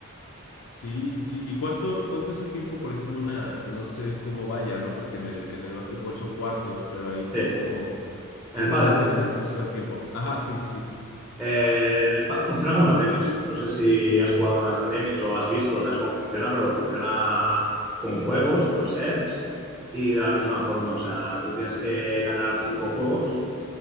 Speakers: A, on the left (about 75°); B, in the centre.
A: Sí, sí, sí. ¿Y cuánto, cuánto es el tiempo, por ejemplo, una, no sé cómo vaya, ¿no? Porque en el, en el básquetbol son cuartos, pero ahí cómo,
B: Sí, en
A: cómo
B: el pádel
A: va
B: dices.
A: más o menos eso del tiempo. Ajá, sí, sí, sí.
B: Eh, el pa- funciona como el tenis. No sé si has jugado alguna vez a tenis o has visto, sabes cómo funciona, pero funciona con juegos, con sets y de la misma forma. O sea, tú tienes que ganar cinco juegos